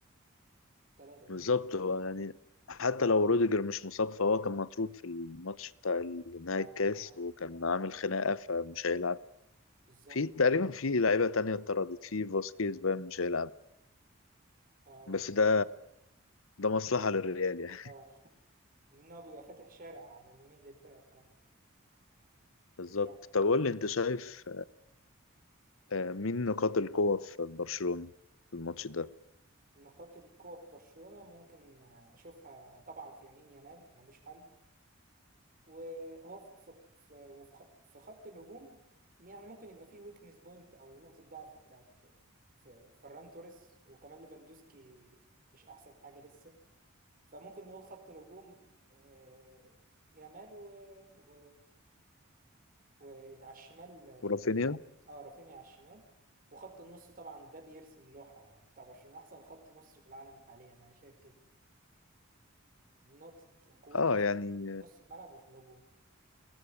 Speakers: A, on the right; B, on the left.
A: الثلاثة دول
B: بالظبط هو يعني حتى لو روديجر مش مصاب فهو كان مطرود في الماتش بتاع نهائي
A: اه
B: الكاس
A: اه
B: وكان عامل خناقة فمش هيلعب
A: بالظبط
B: في تقريبا في لعيبة تانية اتطردت في فاسكيز بقى مش هيلعب
A: اه
B: بس ده ده مصلحة للريال يعني
A: اه لأن هو بيبقى فاتح شارع على اليمين للفرقة التانية
B: <laughs> بالظبط
A: يعني
B: طب قول لي انت شايف آه، مين نقاط القوة في برشلونة في الماتش ده
A: نقاط القوة في برشلونة ممكن آه، أشوفها طبعا في يمين يامال ملوش حل وهو في في في وفي خط في خط الهجوم يعني ممكن يبقى فيه ويكنس بوينت أو نقطة ضعف بتاعت في فران توريس وكمان ليفاندوسكي مش أحسن حاجة لسه فممكن نقول خط الهجوم آه، يامال و... و... وعلى الشمال
B: ورافينيا
A: اه رافينيا على الشمال وخط النص طبعا ده بيرسم لوحة بتاع برشلونة أحسن خط نص في العالم حاليا أنا شايف كده نقطة قوته
B: اه
A: في
B: يعني
A: في نص الملعب وفي الهجوم